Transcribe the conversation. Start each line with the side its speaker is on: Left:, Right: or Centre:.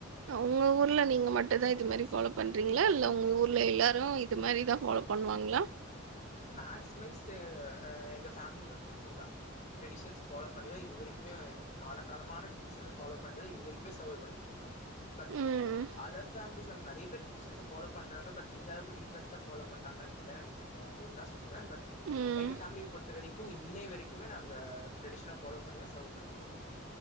Right: உங்க ஊர் ல நீங்க மட்டும் தான் இது மாதி ஃபாலோ பண்றீங்களா இல்ல உங்க ஊர்ல எல்லாரும் இது மாறி தா ஃபாலோ பண்ணுவாங்ளா
Left: மேக்சிமைஸ்டு ஹ எங்க ஃபேமிலி வந்து இப்படிதான் ட்ரெடிஷன்ஸ ஃபாலோ பண்ணிதான் இதுவரைக்கு கால காலமான ட்ரெடிஷன ஃபாலோ பண்றத இதுவரைக்குமே சர்வே பண்ணிட்ருக்ககோ பட்
Right: ம்
Left: அதர்பேமிலிஸ் அண்ட் நறைய பேர் டரெடிஷன்ஸ ஃபாலோ பண்றாங்க பட் இந்த அளவுக்கு டீபெஸ்ட்டா ஃபாலோ பண்றாங்கலானு கேட்டா எனக்கு தெரியாது இருந்தா சொல்லுவன் பட்
Right: ம்
Left: எங்க ஃபேமிலிய பொறுத்த வரைக் கு இன்னை வரைக்குமே நாங்க டிரேடிஷன ஃபாலோ பண்ணிதா சர்வே பண்ணிட்ருக்கோ